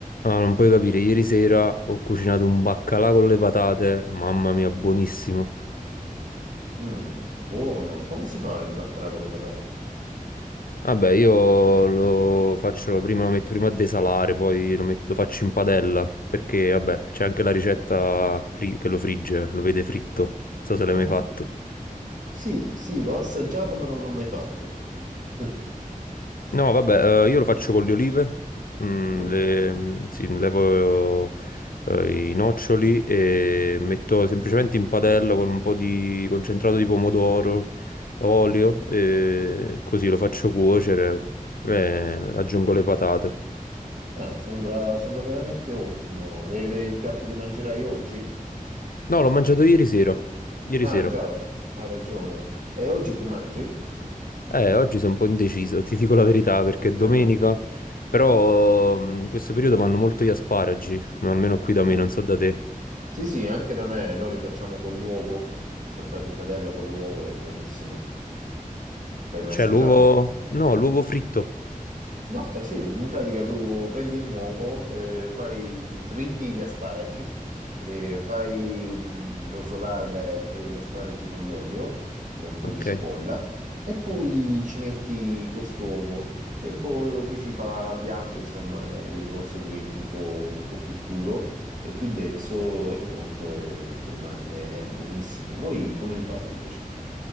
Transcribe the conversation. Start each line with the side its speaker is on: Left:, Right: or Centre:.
Left: Ah, non puoi capire, ieri sera ho cucinato un baccalà con le patate, mamma mia, buonissimo.
Right: Mm, buono. Come si fa il baccalà con le patate?
Left: Vabbè, io lo faccio prima, lo metto prima a desalare, poi lo, met- lo faccio in padella, perché vabbè, c'è anche la ricetta fri- che lo frigge, lo vede fritto. Non so se l'hai
Right: Ah,
Left: mai fatto.
Right: Sì, sì, l'ho assaggiato, ma non l'ho mai fatto. <laughs>
Left: No, vabbè, eh, io lo faccio con le olive, mm,
Right: Mm.
Left: le, mm, sì, levo eh, i noccioli e metto semplicemente in padella con un po' di concentrato di pomodoro, olio e così lo faccio cuocere e aggiungo le patate.
Right: Ah, sembra, sembra veramente ottimo. Ed è il piatto che mangerai oggi?
Left: No, l'ho mangiato ieri sera, ieri
Right: Ah,
Left: sera.
Right: già, ha ragione. E oggi che mangi?
Left: Eh, oggi sono un po' indeciso, ti dico la verità, perché
Right: <laughs>
Left: è domenica, però mm, in questo periodo vanno molto gli asparagi, no, almeno qui da
Right: Mm.
Left: me, non so da te.
Right: Sì, sì, anche da me noi li facciamo con l'uovo, saltati in padella con l'uovo, è buonissimo. L'hai mai
Left: C'è
Right: assaggiato?
Left: l'uovo, no, l'uovo fritto.
Right: No, eh sì, in pratica tu prendi il nuovo, eh, fai, triti gli asparagi, eh, fai mm, rosolare eh, gli asparagi con l'olio e un po'
Left: Ok,
Right: di cipolla e poi ci metti quest'uovo. Il tempo che si fa bianco, insomma, eh, il rosso diventi un po', un po' più scuro e più denso, è pronto e te lo mangi ed è buonissimo. Voi come li fate invece?